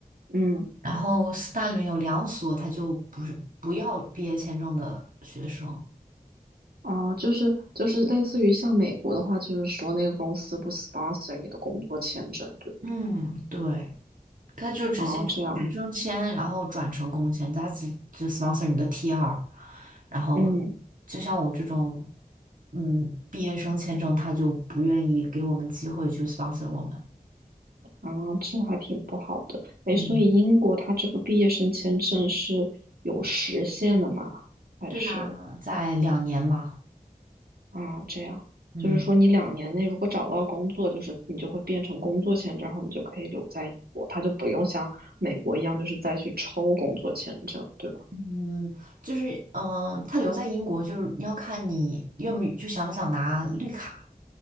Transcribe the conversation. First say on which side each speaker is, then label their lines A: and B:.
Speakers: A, on the right (about 85°); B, on the right (about 60°).
A: 嗯，
B: 然后四大里面有两所，他就不是不要毕业签证的学生。
A: 哦、就是就是类似于像美国的话，就是说那个公司不 sponsor 你的工作签证。对
B: 嗯，对，他就直接就学生签，
A: 哦，这样，
B: 然后转成工签，他只就 sponsor 你的 T 二，然后就像我这种，
A: 嗯，
B: 嗯，毕业生签证，他就不愿意给我们机会去 sponsor 我们。
A: 啊，这还挺不好的。哎，
B: 嗯，
A: 所以英国它这个毕业生签证是有时限的吗？还是
B: 对啊，在两年嘛。
A: 啊，这样，
B: 嗯
A: 就是说你两年内如果找到工作，就是你就会变成工作签证，然后你就可以留在英国，它就不用像美国一样，就是再去抽工作签证，对吧？
B: 嗯，就是嗯、呃他留在英国，就是要看你愿不就想不想拿绿卡。